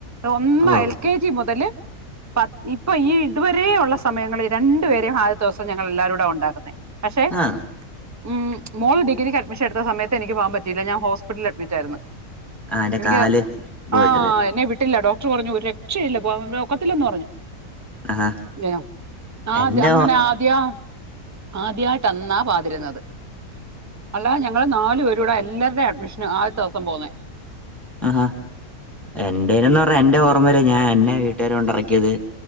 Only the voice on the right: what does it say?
ഒന്ന
എൽ കെ ജി മുതല്
പ ഇപ്പൊ ഈ ഇതുവരെയുള്ള സമയങ്ങൾ രണ്ടു പേരെയും ആദ്യത്തെ സം ഞങ്ങൾ എല്ലാരും കൂടെ കൊണ്ടാക്കുന്നെ. പക്ഷെ
ഉമ് മോൾ ഡിഗ്രിക്ക് അഡ്മിഷൻ എടുത്ത സമയത്ത് എനിക്ക് പോകാൻ പറ്റ ല്ല ഞാൻ ഹോസ്പിറ്റലിൽ അഡ്മിറ്റ് ആയിരുന്നു
എനിക്ക്
ആഹ് എന്നെ വിട്ടില്ല ഡോ ഡോക്ടർ പറഞ്ഞു രു രക്ഷയില്ല ഒക്കത്തില്ലന്ന് പറഞ്ഞു
യോ ആദ്യ
അങ്ങനെ
ആദ്യാ ആദ്യയിട്ട് അന്നാ പാതിരുന്നത് അല്ലാ ഞങ്ങളെ നാലു പേര കൂടെ എ എല്ലാവരുടെയും അഡ്മിഷനും ആദ്യത്തെ ദിവസം പോകുന്നേ